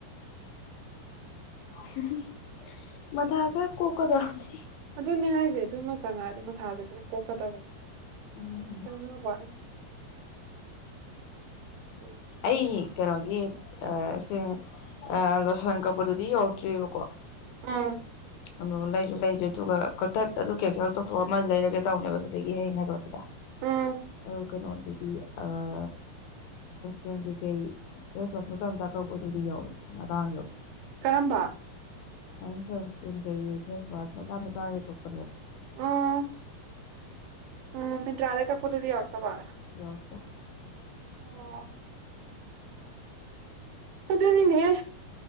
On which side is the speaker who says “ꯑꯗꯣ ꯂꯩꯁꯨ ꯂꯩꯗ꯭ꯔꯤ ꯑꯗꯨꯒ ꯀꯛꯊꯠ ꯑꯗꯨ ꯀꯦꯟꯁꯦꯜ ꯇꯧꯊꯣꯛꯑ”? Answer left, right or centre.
Left